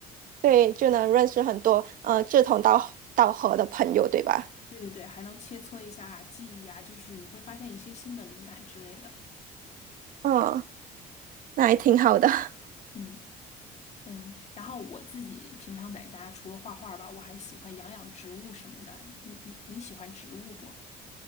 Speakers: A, on the right (about 55°); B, on the left (about 40°).
A: 对，就能认识很多呃志同道道合的朋友，对吧？
B: 对对对，还能切磋一下技艺啊，就是你会发现一些新的灵感之类的。
A: 嗯，那还挺好的。<laughs>
B: 嗯。嗯，然后我自己平常在家除了画画吧，我还喜欢养养植物什么的。你你你喜欢植物不？